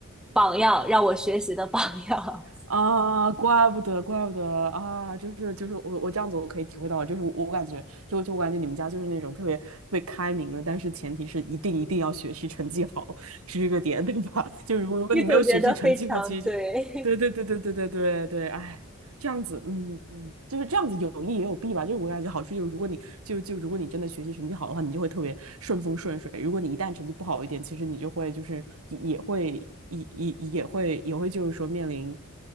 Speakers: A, in the centre; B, on the right.
A: 榜样，让我学习的榜样。
B: 啊，怪不得，怪不得啊，就是就是我我这样子我可以体会到，就是我我感觉就就我感觉你们家就是那种特别特别开明的，但是前提是一定一定要学习成绩好，是这个点对吧？<laughs> 就如果如果你没有学习成绩的话，
A: <laughs> 你总结的非常对
B: 其实就对对对对对对对对，哎，这样子，嗯嗯，就是这样子有利也有弊吧。就是我感觉好处就是，如果你就就如果你真的学习成绩好的话，你就会特别顺风顺水；如果你一旦成绩不好一点，其实你就会就是也也会也也也会也会就是说面临